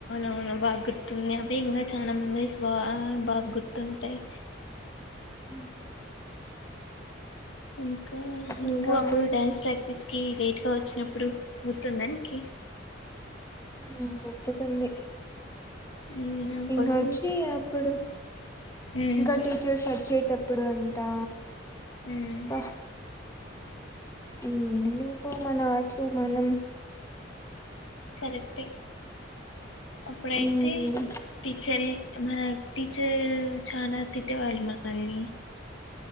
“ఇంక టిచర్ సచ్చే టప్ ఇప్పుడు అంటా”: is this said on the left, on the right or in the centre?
Left